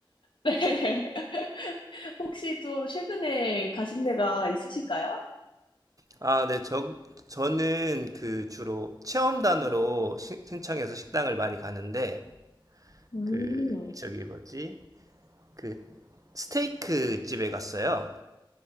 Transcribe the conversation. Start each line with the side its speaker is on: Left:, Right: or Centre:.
Left: 네. <laughs> 혹시 또 최근에 가신 데가 있으신가요?
Right: 아, 네, 저, 저는 그 주로 체험단으로 시- 신청해서 식당을 많이 가는데,
Left: 음,
Right: 그, 저기 뭐지? 그, 스테이크 집에 갔어요.